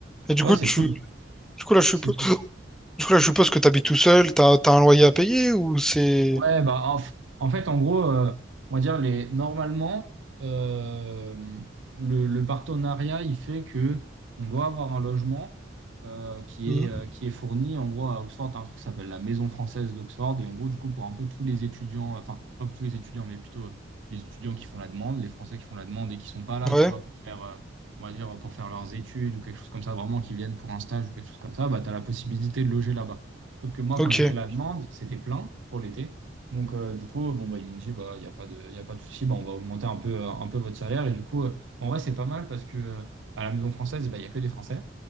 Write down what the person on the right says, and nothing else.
Ouais,
c'est
cool,
c'est cool.
Ouais, bah, en, f- en fait, en gros, euh, on va dire les, normalement, euh, le, le partenariat, il fait que on doit avoir un logement euh, qui
est, euh, qui est fourni. En gros, à Oxford, t'as un truc qui s'appelle la Maison française d'Oxford. Et en gros, du coup, pour un peu tous les étudiants, enfin, pas tous les étudiants, mais plutôt euh, les étudiants qui font la demande, les Français qui font la demande et qui sont pas là,
tu vois, pour faire, euh, on va dire, pour faire leurs études ou quelque chose comme ça, vraiment, qui viennent pour un stage ou quelque chose comme ça, bah, tu as la possibilité de loger là-bas. Sauf que moi,
quand j'ai fait la demande, c'était plein pour l'été. Donc, euh, du coup, bon, bah, ils m'ont dit, bah, il n'y a pas de, y a pas de souci, bah, on va augmenter un peu, euh, un peu votre salaire. Et du coup, euh, bah, en vrai, c'est pas mal parce que euh, à la maison française, bah, il n'y a que des Français.